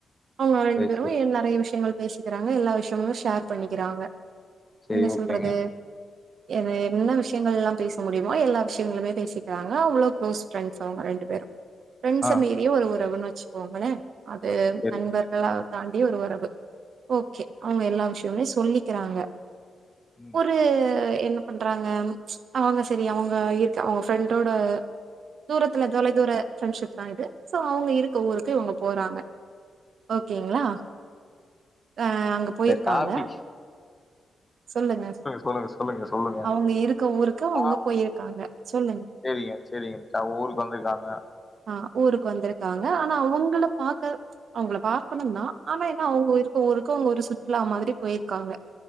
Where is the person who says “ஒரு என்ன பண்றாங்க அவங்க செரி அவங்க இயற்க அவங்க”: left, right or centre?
Right